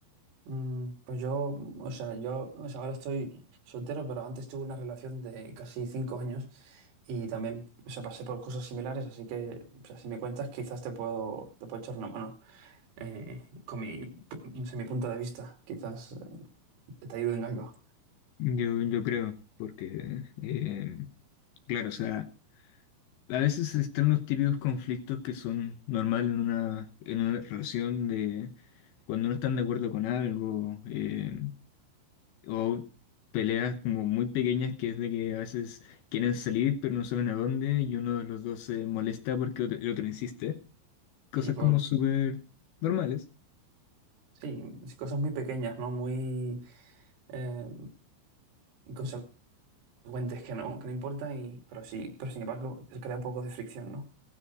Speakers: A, on the right; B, on the left.
A: Mm, pues yo, o sea, yo, o sea, ahora estoy soltero, pero antes tuve una relación de casi cinco años y también, o sea, pasé por cosas similares, así que, o sea, si me cuentas, quizás te puedo, te puedo echar una mano eh, con mi, no sé, mi punto de vista, quizás eh, te ayude en algo.
B: Yo, yo creo, porque, eh, claro, o sea, a veces están los típicos conflictos que son normales en una, en una relación de cuando no están de acuerdo con algo. eh, O peleas como muy pequeñas que es de que a veces quieren salir pero no saben a dónde y uno de los dos se molesta porque otro- el otro insiste. Cosas
A: Sí, pues,
B: como súper normales,
A: sí, sí, cosas muy pequeñas, ¿no? Muy eh, inconsecuentes cuentes que no, que no importa, y, pero sí, pero sin embargo, se crea un poco de fricción, ¿no?